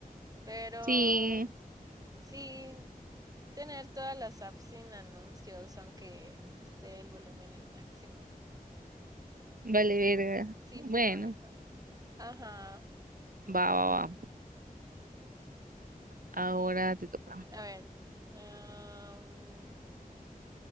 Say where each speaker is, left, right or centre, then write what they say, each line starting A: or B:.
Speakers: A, on the right; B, on the right.
A: pero
B: Sí.
A: sí, tener todas las apps sin anuncios, aunque esté el volumen el máximo.
B: Vale, verga.
A: Sí,
B: Bueno,
A: fijo eso. Ajá.
B: va, va, va. Ahora te toca.
A: A ver. am,